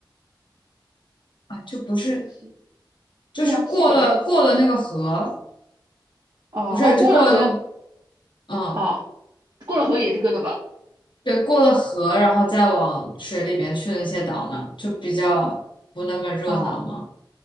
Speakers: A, on the left (about 75°); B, on the right (about 55°).
A: 啊，就不是，
B: 我西。
A: 就是过了过了那个河。
B: 对啊，西北面。哦哦，
A: 不是，
B: 过了河，
A: 就过了那，嗯，
B: 哦，过了河也是哥德堡。
A: 对，过了河，然后再往水里边去那些岛呢，就比较不那么热闹嘛。
B: 哦